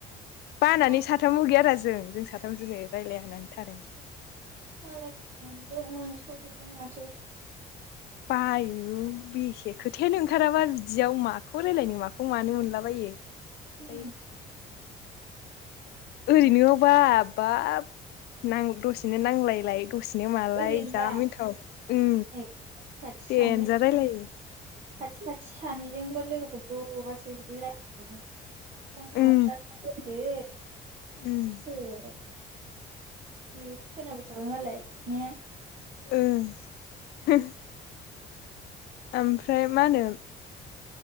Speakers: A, on the left (about 75°); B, on the right (about 50°).
A: बानानै
B: मानो
A: साथाम मु गैया रा जि जों जों साथाम जोनि रायलाया होननानै थादों।
B: मालाय मोनदों मोनसावजुबदों माथो।
A: बायो बेसे खोथायानो ओंखाराबा बिदियाव माखौ रायलायनो माखौ मानो मोनलाबायो। ओमफ्राय
B: उम
A: ओरैनोआवबा बाब नां दसेनो नांलायलाय दसेनो मालाय
B: ओरैनोबा
A: जा मिनथाव उम
B: नै खाथि सानै
A: देनजार रायलायो।
B: खाथि खाथि सानैजोंनो लोगोफोर जबासो बिदि राय फन खालामनाया
A: उम
B: लायदो
A: उम
B: होदो। बे खोनाबाय थाबाय मालाय ने।
A: ओ हो। ओमफ्राय मा होनो